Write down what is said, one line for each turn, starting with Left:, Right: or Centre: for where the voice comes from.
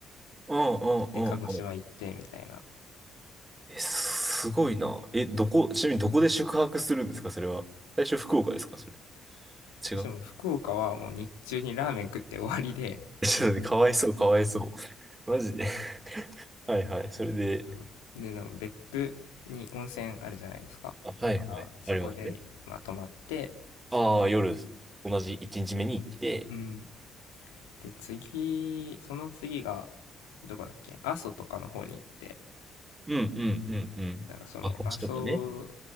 Right: うんうんうんうん。
Left: 行って、鹿児島行って、みたいな。
Right: え、すごいな。え、どこ、ちなみにどこで宿泊するんですかそれは。最初福岡ですかそれ。
Left: そしてもう福岡はもう日中にラーメン食って終わりで、
Right: 違う。<laughs> ちょっとね、かわいそう、かわいそう。マジで。<laughs> はいはい。それで、
Left: そうでの別府に温泉あるじゃないですか。
Right: あはいはい。
Left: だからそこで、
Right: ありますね。
Left: まあ、泊まって、
Right: ああ、夜、同じ1日目に行って、
Left: うん。で、次、その次が、どこだっけ阿蘇とかの方に行って、
Right: うんうんうんうん。
Left: なんかその阿蘇
Right: あ、こっちとかね。